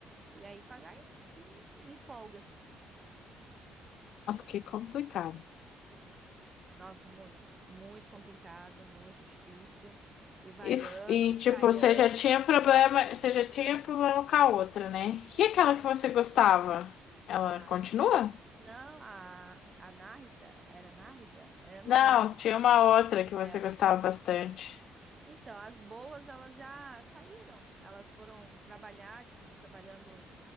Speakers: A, on the right; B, on the left.
A: E aí pagar em, em, em folga.
B: Nossa, que complicado.
A: Nossa, muito, muito complicado, muito difícil. E vai
B: E, f-
A: ano,
B: e,
A: sai
B: tipo, você
A: ano.
B: já tinha problema, você já tinha problema com a outra, né? E aquela
A: Na,
B: que você gostava? Ela
A: a,
B: continua?
A: não, a, a Nárida, era Nárida? É, Eu não
B: Não,
A: lembro.
B: tinha uma outra que você
A: É, eu não-
B: gostava bastante.
A: Então, as boas, elas já saíram. Elas foram trabalhar, tipo, estão trabalhando